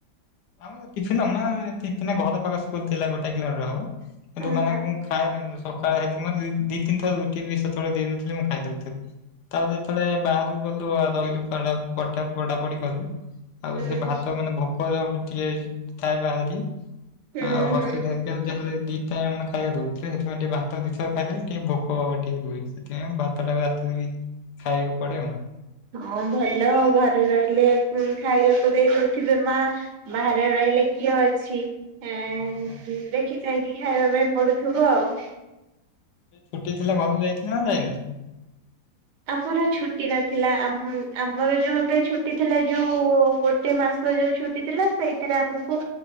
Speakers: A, on the left; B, on the right.
A: ଆମ କିଛି ନନା କିଛି ନାଇଁ ଘର ପାଖ ସ୍କୁଲ ଥିଲା ଗୋଟେ କିଲୋମିଟର ହଉ। କିନ୍ତୁ
B: ଓହୋ
A: ମାନେ
B: ହୁଁ
A: ମୁଁ ଖାଏ ସକାଳେ ହେଲେ ମ ଦି ତିନି ଥର ରୁ ଟି ବି ସେତେବେଳେ ଦେଇ ଦୋଥିଲେ ମୁଁ ଖାଇଦଉଥିଲି। ତାପରେ ଯେତେବେଳେ ବାହାରକୁ ଗଲୁ ଆଉ ରହିଲୁ ପଢା ପାଠ ପଢା ପଡି କଲୁ। ଆଉ ସେ
B: ହୁଁ।
A: ଭାତ ମାନେ ଭୋକ ଜଉ ଟିକେ ଥାଏ ବାରେ ଟିକେ
B: ହୁଁ
A: ଆଉ ହଷ୍ଟେଲେର ଜାହାର ଯା ହେଲେ ଦିଇଟା ମାନେ ଖାଇବା ଦଉଥିଲେ ସେଥିପାଇଁ ଟିକେ ଭାତ ଦି ଥର ଖାଇ ଦେବେ ଟିକେ ଭୋକ ଟିକେ ରୁହେ। ସେଥିପାଇଁ ଭାତଟାକୁ ରାତିରେ ବି ଖାଇବାକୁ ପଡେ ଆଉ।
B: ହଁ ଭଲ ଆଉ ଘରେ ରହିଲେ ଖାଇବାକୁ ଦେଇ ଦଉଥିବେ ମା। ବାହାରେ ରହିଲେ କିଏ ଅଛି? ଏଁ
A: ହଁ ହଁ।
B: ଦେଖି ଚାହିଁକି ଖାଇବା ପାଇଁ ପଡୁଥିବ ଆଉ।
A: ଛୁଟି ଥିଲା ଘରକୁ ଯାଇଥିଲା ନା ଯାଇନଥିଲେ।
B: ଆମର ଛୁଟି ନଥିଲା ଆମ୍ ଆମର ଯୋଉଥି ପାଇଁ ଛୁଟି ଥିଲା ଯୋଉ ବୋ ଗୋଟେ ମାସ ଯୋଉ ଛୁଟି ଥିଲା ସେଇଥିରେ ଆମକୁ